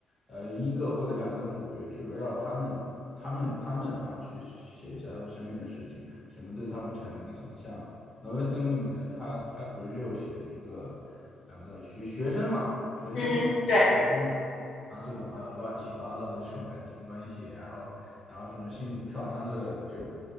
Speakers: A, on the left; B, on the left.
A: 呃一个或者两个主角去围绕他们他们他们，然后去写一下他们身边的事情，什么对他们产生了影响像挪威森林里面呢，他他不是就写了一个两个学学生嘛，学生嘛，
B: 嗯哼，
A: 两个学生嘛，
B: 对，
A: 啊，这种啊乱七八糟的这种感情关系，然后然后什么心灵创伤之类的，就